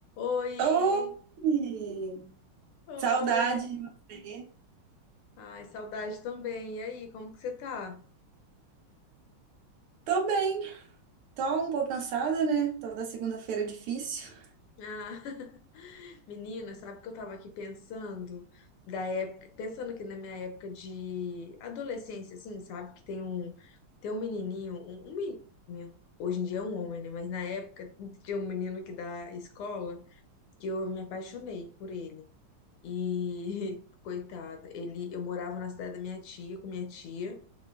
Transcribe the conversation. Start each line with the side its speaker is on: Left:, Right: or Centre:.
Left: Oi,
Right: Oi!
Left: oi.
Right: Saudade de você.
Left: Ai, saudade também. E aí, como que você tá?
Right: Tô bem, tô um pouco cansada, né? Toda segunda-feira é difícil.
Left: Ah, <laughs> menina, sabe que eu tava aqui pensando da época, pensando aqui na minha época de adolescência, assim, sabe? Que tem um, tem um menininho, um, um menino, hoje em dia é um homem, né? Mas na época tinha um menino que da escola que eu me apaixonei por ele. E <laughs> coitado, ele, eu morava na cidade da minha tia, com minha tia.